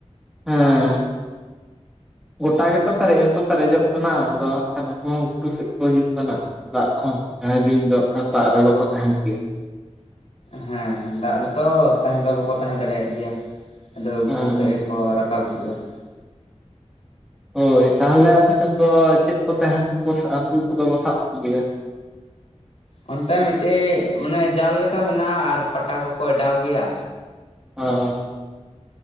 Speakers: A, in the centre; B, on the left.
A: ᱦᱮᱸ ᱾ ᱜᱚᱴᱟ ᱜᱮᱛᱚ ᱯᱮᱨᱮᱡ ᱦᱚᱸᱛᱚ ᱯᱮᱨᱮᱡᱚᱜ ᱠᱟᱱᱟ, ᱟᱫᱚ ᱦᱟᱸᱜ ᱠᱷᱟᱱ ᱩᱱᱠᱩ ᱦᱚᱸ ᱜᱷᱩᱴᱩ ᱥᱮᱫ ᱠᱚ ᱦᱤᱡᱩᱜ ᱠᱟᱱᱟ᱾ ᱫᱟᱜ ᱠᱷᱚᱱ ᱡᱟᱦᱟᱸᱭ ᱵᱤᱧ ᱫᱚ ᱱᱟᱜ ᱫᱟᱜ ᱨᱮ ᱵᱟᱠᱚ ᱛᱟᱦᱮᱱ ᱜᱮᱭᱟ᱾
B: ᱦᱮᱸ ᱫᱟᱜ ᱨᱮᱛᱚ ᱛᱟᱦᱮᱸ ᱫᱚ ᱵᱟᱠᱚ ᱛᱟᱦᱮᱸ ᱫᱟᱲᱮᱭᱟᱜ ᱜᱮᱭᱟ, ᱟᱫᱚ ᱜᱷᱩᱴᱩ
A: ᱦᱮᱸ
B: ᱥᱮᱜ ᱠᱚ ᱨᱟᱠᱟᱵ ᱦᱤᱡᱩᱜᱼᱟ ᱾
A: ᱦᱳᱭ ᱛᱟᱦᱚᱞᱮ ᱟᱯᱮᱥᱮᱫ ᱫᱚ ᱪᱮᱫ ᱠᱚ ᱛᱮ ᱦᱟᱹᱠᱩ ᱠᱚ ᱦᱟᱹᱠᱩ ᱠᱚ ᱫᱚ ᱠᱚᱥᱟᱵ ᱠᱚᱜᱮᱭᱟ?
B: ᱚᱱᱛᱮ ᱢᱤᱫᱴᱤᱡ ᱢᱟᱱᱮ ᱡᱟᱞ ᱞᱮᱠᱟ ᱢᱮᱱᱟᱜᱼᱟ ᱟᱨ ᱯᱟᱴᱟ ᱠᱚᱠᱚ ᱮᱰᱟᱣ ᱜᱮᱭᱟ᱾
A: <unintelligible>